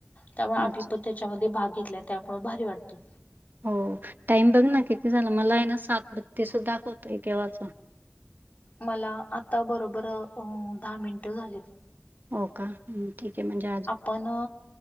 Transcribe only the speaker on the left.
त्यामुळे आभिपण
त्याच्यामध्ये भाग घेतला त्यामुळे भारी वाटत. त
मला आता बरोबर अ दहा मिनिट झालेत.
पण